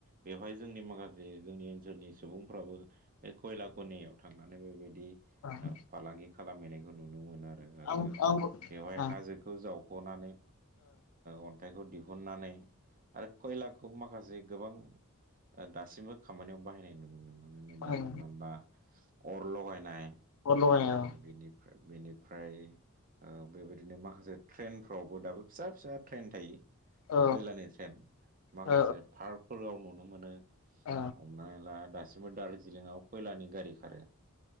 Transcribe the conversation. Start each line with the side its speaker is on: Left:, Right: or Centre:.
Right: बेवहाय जोंनि माखा जे जोंनि ओनसोलनि सुबुंफ्राबो बे खयला खनियाव थांनानै बेबायदि
Left: ओ
Right: फालांगि खालामहैनायखौ नुनो मोनो आरो आरो
Left: आं आंबो ओ
Right: बेवहाय हाजोखौ जाव ख'नानै अन्थाइखौ दिहुननानै आरो कयलाखौ माखासे जे गोबां दासिमबो खामानियाव बाहायनाय नुनो मोनो। मानो होनोबा
Left: ओ ओं
Right: हमनानै ला अर लगायनाय
Left: अर लगायनाय
Right: बेनिफ्राय बेनिफ्राय ओ बेबायदिनो माखासे ट्रेनफ्रावबो दाबो फिसा फिसा ट्रेन थायो।
Left: औ
Right: खैलानि ट्रेन माखासे
Left: औ
Right: पार्कफोराव नुनो मोनो।
Left: औ
Right: हमनानै ला दासिमबो दार्जिलिंआव खयलानि गारि खारो।